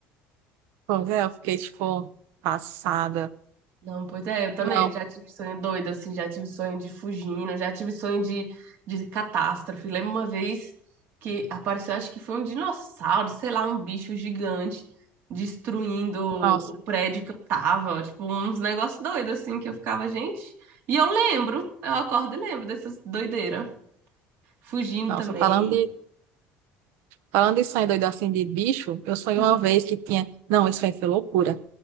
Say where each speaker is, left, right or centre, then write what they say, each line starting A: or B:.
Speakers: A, on the right (about 75°); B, on the right (about 60°).
A: Pois é, eu fiquei, tipo, passada.
B: Não, pois é, eu também
A: Não,
B: já tive sonho doido, assim, já tive sonho de fugindo, já tive sonho de, de catástrofe. Lembro uma vez que apareceu, acho que foi um dinossauro, sei lá, um bicho gigante destruindo
A: nossa,
B: o prédio que eu tava, tipo, uns negócios doidos, assim, que eu ficava, gente. E eu lembro, eu acordo e lembro dessas doideiras. Fugindo
A: nossa,
B: também.
A: falando de, falando de sonho doido assim, de bicho, eu sonhei
B: Uhum.
A: uma vez que tinha, não, isso aí foi loucura.